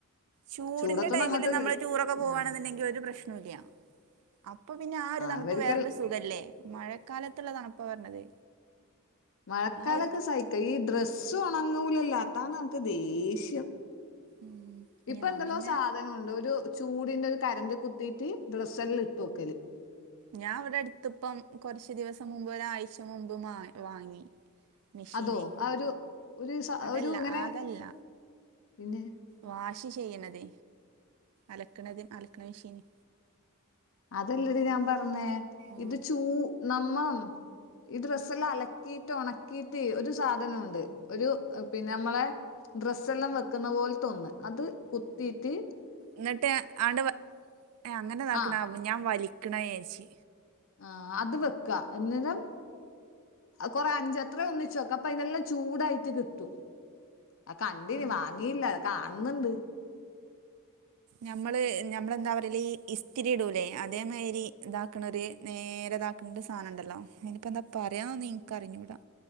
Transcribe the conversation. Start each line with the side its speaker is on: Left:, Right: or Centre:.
Right: ചൂടിന്റെ
Left: ചൂടത്തൊന്നും
Right: ടൈമില്
Left: അങ്ങോട്ട്
Right: നമ്മള്
Left: നി-
Right: ടൂറൊക്കെ പൂവാണെന്നൊണ്ടെങ്കിലു
Left: ആ
Right: ഒരു പ്രശ്നോല്ല അപ്പൊ പിന്നെ ആ ഒരു തണുപ്പ്
Left: അവർക്കെല്ലാം
Right: വേറൊരു സുഖല്ലേ മഴക്കാലത്തുള്ള തണുപ്പാ പറഞ്ഞത്
Left: മഴക്കാലൊക്കെ
Right: ആ ഒരു
Left: സഹിക്ക ഈ ഡ്രസ്സ്‌ ഒണങ്ങൂല്ലല്ലാ അതാണ് നമക്ക് ദേഷ്യം
Right: ഉം
Left: ഇപ്പൊ
Right: ഞാൻ
Left: എന്ത
Right: പിന്നെ
Left: ലോ സ അത ണ്ട് ഒരു ചൂടിന്റെ ഒരു കരണ്ട് കുത്തീട്ട് ഡ്രസ്സല്ലാം ഇട്ട് വെക്കല്
Right: ഞാൻ അവിടെ അടുത്തിപ്പം കുറച്ച ദിവസം മുമ്പ് ഒരാഴ്ച മുമ്പ് മ വാങ്ങി മെഷീനെ
Left: അതോ ആ ഒരു ഒരു സ
Right: അതല്ല
Left: ഒരു ഇങ്ങനെ
Right: അതല്ല
Left: പിന്നെ
Right: വാഷ് ചെയ്യണതേ അലക്കണത് അലക്കണ മെഷീന്
Left: അതല്ലടി ഞാൻ പറഞ്ഞേ
Right: ഉം
Left: ഇത് ചൂ നമ്മ ഈ ഡ്രസ്സ എല്ലാം അലക്കിയിട്ട് ഉണക്കിയിട്ട് ഒരു സാധനമുണ്ട് ഒരു പിന്നെ നമ്മളെ ഡ്രസ്സ എല്ലാം വെക്കുന്ന പോൽത്തെ ഒന്ന് അത് കുത്തീട്ട്
Right: എന്നിട്ട് ആണ്ട് ഏഹ് അങ്ങനെതാക്കണ
Left: ആ
Right: ഞാൻ വലിക്കണ വിചാരിച്
Left: ആഹ് അത് വെക്കാ എന്നരം കൊറെ അഞ്ചത്ര ഒന്നിച്ച് വെക്ക അപ്പൊ ഇതിനെല്ലാം ചൂടായിട്ട് കിട്ടും അഹ് കണ്ടിന്
Right: ആ,
Left: വാങ്ങിയില്ല അത് കാണുന്നുണ്ട്
Right: നമ്മള് നമ്മളെന്താ പറയല് ഈ ഇസ്തിരിയിടൂല്ലേ അതേമാതിരി ഇതാക്ക്ണ ഒരു നേരെ ഇതാക്കണ്ട് സാനം ഉണ്ടല്ലോ ഇനിക്കെന്താ പറയാനൊന്നും ഇൻക്ക് അറിഞ്ഞൂടാ